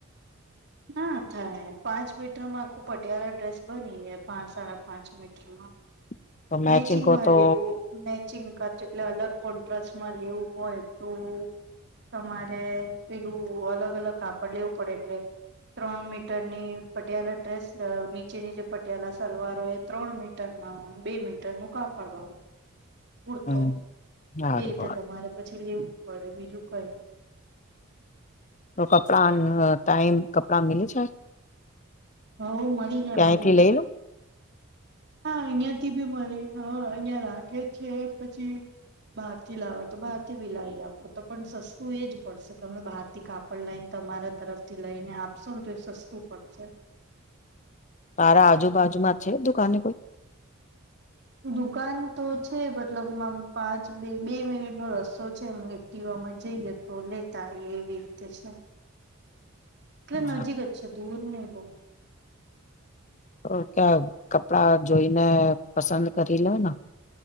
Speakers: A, on the right; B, on the left.
A: ના થાય, પાંચ મીટરમાં આખું પટિયાળા ડ્રેસ બની જાય પાંચ સાડા પાંચ મીટરમાં
B: <inaudible> મેચિંગ
A: મેચિંગમાં
B: હો તો
A: લેવું ને ચિંકા એટલે, અલગ કોન્ટ્રામાં લેવું હોય તો તમારે પેલું, અલગ અલગ કાપડ લેવું પડે એટલે ત્રણ મીટરની પટિયાલા ડ્રેસ નીચે ની જેે પટિયાલા સલવાર હોય, એ ત્રણ મીટરમાં હોય બે મીટર નું કાપાડવાનું હોય, કૂરતો
B: હમ હારું
A: એ રીતે
B: હારું
A: તમારે પછી લેવું પડે બીજું કઈ
B: તો કપડા, આમ ટાઈમ કપડા મીલી જાય?
A: હવ મળી જાય
B: ક્યાંયથી
A: મળી જાય
B: લઈ લું
A: હા અહિયાં થી બી મરી, હ અહિયાં રાખે જ છે પછી બહાર થી લાવા તો બહાર થી બી લઈ આપો તો પણ સસ્તું, એ જ પડશે તમે બહાર થી કાપડ લાઈને ત તમારા તરફથી લઈને આપશોને તો, એ સસ્તું પડશે
B: તારા આજુબાજુમાં છે, દુકાને કોઈ
A: દુકાન તો છે, મતલબ માં પાંચ બે બે મિનિટ નો રસ્તો છે એથી વામાં જઈએ, તો લેતાય એવી રીતે છે. એટલે
B: હા,
A: નજીક જ છે દૂર નઈ બહુ
B: તો ક્યાં, કપડા જોઈને પસંદ કરી લેને